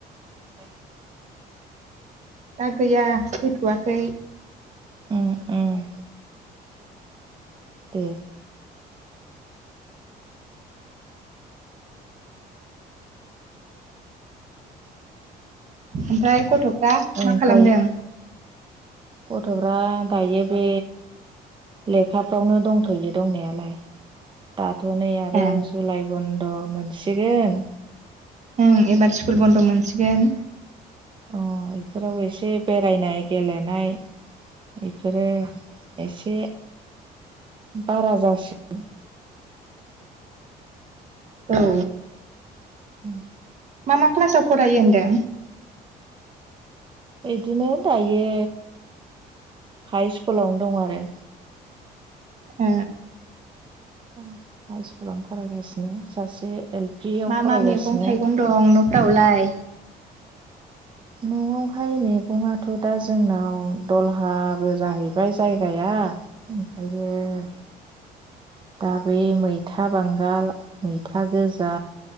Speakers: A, on the right; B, on the right.
A: <inaudible>
B: दा गैया फैथ'वाखै
A: ओम ओम दे
B: ओमफ्राय गथ'फ्रा
A: ओमफ्राय
B: मा खालामदों
A: गथ'फ्रा दायो बे लेखाफ्रावनो दंथ'यो दंनायालाय दाथ' नै आरो
B: ए
A: जुलाइ बन्द' मोनसिगोन
B: होम एबार स्कुल बन्द' मोनसिगोन
A: अ बेफोराव एसे बेरायनाय गेलेनाय बेफोरो एसे बारा जासिगोन
B: औ
A: <inaudible>
B: मा मा क्लासाव फरायो होनदों
A: बिदिनो दायो हाइ स्कुलावनो दं आरो
B: ओ
A: हाइ सकुलावनो फरायगासिनो सासे एल पि
B: मा
A: आव फरायगासिनो
B: मा मैगं थाइगं दं न'फोरावलाय
A: न'आव है मैगंआथ' दा जोंनाव दलहाबो जाहैबाय जायगाया ओमफ्राय <unintelligible> दा बै मैथा बांगाल मैथा गोजा